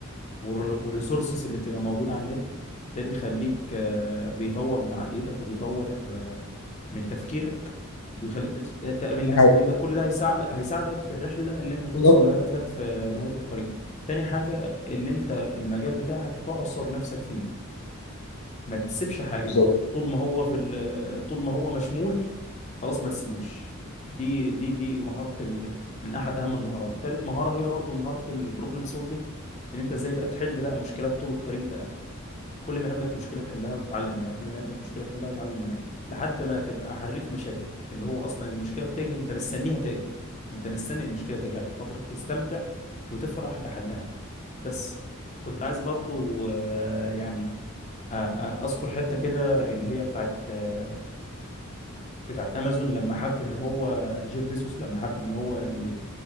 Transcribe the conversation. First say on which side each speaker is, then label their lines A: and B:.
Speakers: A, on the left; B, on the left.
A: والر- والريسورسز اللي بتبقى موجوده على النت ده بيخليك آه، بيطور من عقليتك وبيطور آه، من تفكيرك وبيخليك تت- تقابل
B: دي
A: ناس
B: حقيقة.
A: جديده كل ده هيساعد هيساعدك في الرحله ان انت توصل
B: بالظبط
A: لهدفك في نهايه الطريق تاني حاجه ان انت المجال بتاعك تعصر نفسك فيه ما تسيبش حاجه
B: بالظبط
A: طول ما هو في ال- طول ما هو مشمول خلاص ما تسيبوش دي دي دي مهاره ال... من احد اهم المهارات تالت مهاره هي برضو مهاره البروبلم سولفنج ان انت ازاي بقى تحل بقى مشكلات طول الطريق بقى كل ما يقابلك مشكله تحلها وتتعلم منها كل ما يقابلك مشكله تحلها وتتعلم منها لحد ما تبقى حريف مشاكل اللي هو اصلا المشكله بتاجي انت مستنيها تاجي انت مستني المشكله تاجي عشان خاطر تستمتع وتفرح بحلها بس كنت عايز برضو آه، يعني آه، آه، اذكر حته كده اللي هي بتاعت آه، بتاعت امازون لما حب ان هو جيف بيزوس لما حب ان هو ي...